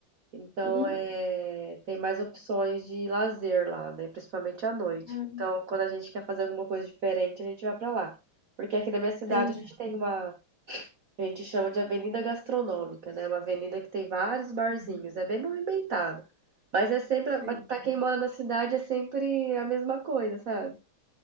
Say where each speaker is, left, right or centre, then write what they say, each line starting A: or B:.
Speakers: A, on the right; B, on the left.
A: Então
B: Uhum.
A: é, tem mais opções de lazer lá, né? Principalmente à noite.
B: Ah,
A: Então, quando a gente quer fazer alguma coisa diferente, a gente vai para lá. Porque aqui na minha cidade
B: Entendi.
A: a gente tem uma, a gente chama de avenida gastronômica, né? Uma avenida que tem vários barzinhos, é bem movimentado. Mas é sempre,
B: Sei.
A: para quem mora na cidade, é sempre a mesma coisa, sabe?